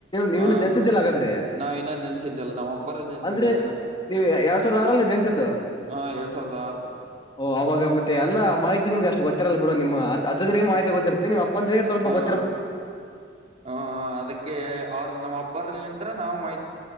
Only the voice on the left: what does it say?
ನೀವನು
ಜನಿಸಿದ್ದಿಲ್ಲ ಹಾಗಾದ್ರೆ
ಅಂದ್ರೆ ನೀವು ಎರಡ್ ಸಾವಿರದ ಆರಲ್ಲಿ ಜನಿಸತ್ತುು
ಓ ಅವಾಗ ಮತ್ತೆ ಎಲ್ಲ ಮಾಹಿತಿಮ್ಗೆಷ್ಟ ಗೊತ್ತರಲ್ಲ ಬಿಡುಡಮಮ್ಮ ಅಜಂದರಿಗೆ ಮಾಹಿತಿ ಗೊತ್ತ ನಿವು ಅಪ್ಪ ಅಂದ್ರರಿಗೆ ಸ್ವಲ್ಪ ಗೊ